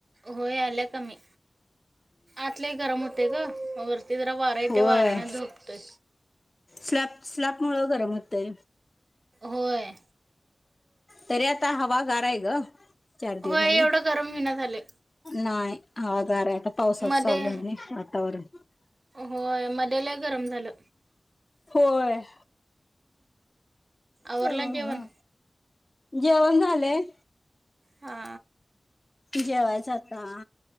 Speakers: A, on the right; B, on the left.
A: होय आल्या कमी. आत लय गरम होतंय ग. वरती जरा वारं येतय
B: होय
A: वाऱ्याने झोपतोय.
B: स्लॅप स्लॅप मुळ गरम होतय.
A: होय.
B: तर आत्ता हवा गार हाय ग. चार
A: होय
B: दिवस झाल.
A: एवढं गरम होईना झाले
B: नाही. हवा गार हाय. आता पावसाचं
A: मध्ये
B: चालू झालंय वातावरण.
A: होय मध्ये लय गरम झालं.
B: होय.
A: आवरलं
B: अ ह
A: जेवण.
B: जेवण झालेय.
A: हा
B: जेवायचं आता.